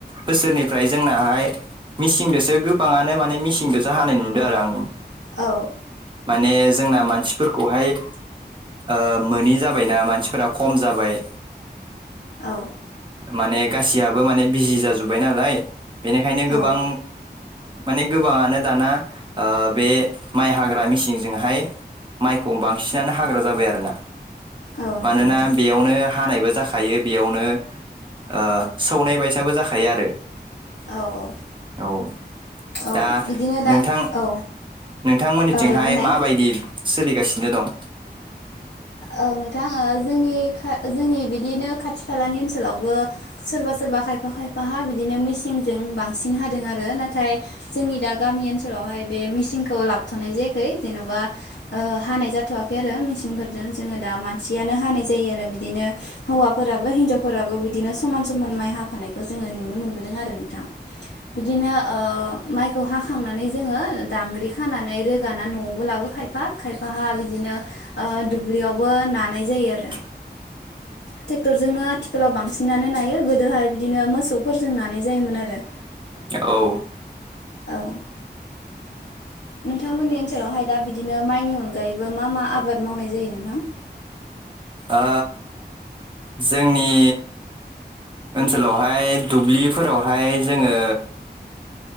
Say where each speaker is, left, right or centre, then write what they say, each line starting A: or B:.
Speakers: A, on the right (about 25°); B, on the left (about 80°).
A: बोसोरनि फ्राय जोंनाहाय मिसिंजोंसो गोबाङानो माने मिसिंजोंसो हानाय नुदों आरो आं
B: औ
A: माने जोंना मानसिफोरखौहाय ओ मोनि जाबाय ना मानसिफोरा खम जा बाय
B: औ
A: माने गासैयाबबो माने बिजि जाजोब्बाय नालाय बेनिखायनो गोबां
B: औ
A: माने गोबाङानो दाना ओ बे माइ हाग्रा मेसिनजोंहाय माइखौ बांसिनानो हाग्रा जाबाय आरोना
B: औ नंगौ
A: मानोना
B: नोंथां
A: बेयावनो हानायबो जाखायो बेयावनो ओ सौनाय बायसाबो जाखायो आरो
B: औ औ
A: औ
B: औ
A: दा
B: बिदिनो दा
A: नोंथां
B: औ
A: नोंथांमोननिथिंहाय
B: औ दे बुंनाय
A: माबादि सोलिगासिनो दं?
B: औ नोंथां जोंनि खा जोंनि बिदिनो खाथि खालानि ओनसोलावबो सोरबा सोरबा खायफा खायफा खायफाहा बिदिनो मेसिनजों बांसिन हादों आरो नाथाय जोंनि दा गामि ओनसोलावहाय बे मेसिनखौ लाबोथनाय जायाखै जेनबा ओ हानाय जाथयाखै मेसिनफोरजों। जोंङो दा मानसियानो हानाय जायो आरो बिदिनो हौवाफोराबो हिनजावफोराबो बिदिनो समान समान माइ हाफानायखौ जोंङो नुनो मोनबोदों आरो नोंथां। बिदिनो ओ माइखौ हाखांनानै जोंङो दांग्रि खानानै रोगाना न'आवबो लाबो खायफा खायफाहा बिदिनो ओ दुब्लियावबो नानाय जायो आरो
A: <unintelligible>
B: ट्रेक्टरजोंनो आथिखालाव बांसिनानो नायो गोदोहाय बिदिनो मोसौफोरजों नानाय जायोमोन आरो
A: औ
B: औ ओ नोंथांमोननि ओन सोलावहाय दा बिदिनो माइनि अनगायैबो मा मा आबाद मावनाय जायो नोंथां?
A: आ जोंनि ओनसोलावहाय दुब्लिफोरावहाय जोंङो